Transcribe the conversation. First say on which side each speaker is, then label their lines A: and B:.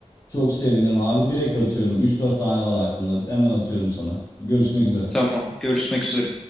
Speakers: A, on the left; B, in the centre.
A: Çok sevinirim abi. Direkt atıyorum. Üç dört tane var aklımda. Hemen atıyorum sana. Görüşmek üzere.
B: Tamam, görüşmek üzere.